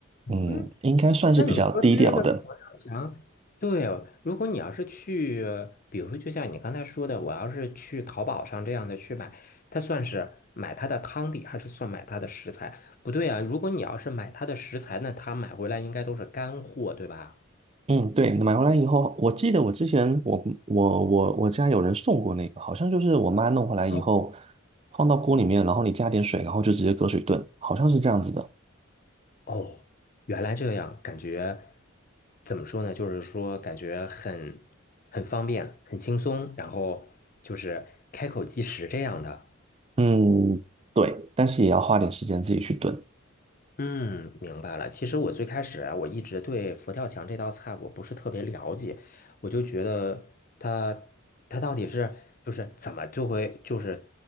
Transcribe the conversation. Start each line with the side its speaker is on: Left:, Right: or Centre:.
Right: 嗯，
Left: 嗯。
Right: 应该算是比较低调的。
Left: 那你说的这个佛跳墙，对哦，如果你要是去，比如说就像你刚才说的，我要是去淘宝上这样的去买，它算是买它的汤底，还是算买它的食材？不对啊，如果你要是买它的食材，那它买回来应该都是干货，对吧？
Right: 嗯，对，买回来以后，我记得我之前我我我我家有人送过那个，好像就是我妈弄回来以后，
Left: 哦，
Right: 放到锅里面，然后你加点水，然后就直接隔水炖，好像是这样子的。
Left: 哦，原来这样，感觉怎么说呢？就是说感觉很很方便，很轻松，然后就是开口即食这样的。
Right: 嗯，对，但是也要花点时间自己去炖。
Left: 嗯，明白了。其实我最开始啊，我一直对佛跳墙这道菜我不是特别了解，我就觉得它它到底是就是怎么就会就是